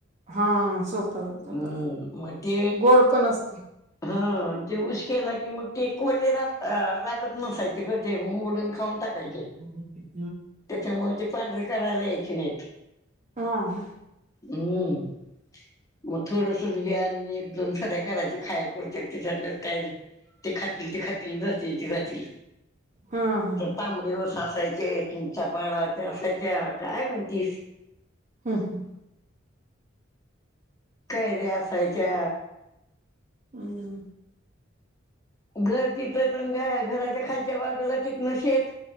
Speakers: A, on the right; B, on the left.
A: हा सोपं जात
B: हम्म
A: बरोबर
B: मत्य
A: गोड पण असत
B: हा ते ऊस केला की मग ते कोले रात राखत नसायचे ग ते मोडून खाऊन टाकायचे.
A: <inaudible>
B: त्याच्यामुळे ते पांढरीे करायला यायची नाहीत.
A: हम्म.
B: हम्म. मग थोडसच व्या आण एक दोन सध्या करायच्या खायपुरच्या त्याच्यात काय ते खातील ते खातील जातील ते जातील
A: हां, हां.
B: तांबडी वूस असायचे किंचापाडाचे असायच्या काय म्हणतीस
A: हम्म.
B: कैऱ्या असायच्या
A: हम्म <inaudible>
B: घर तिथ पण घ घराच्या खालच्या बाजूला तिथन शेत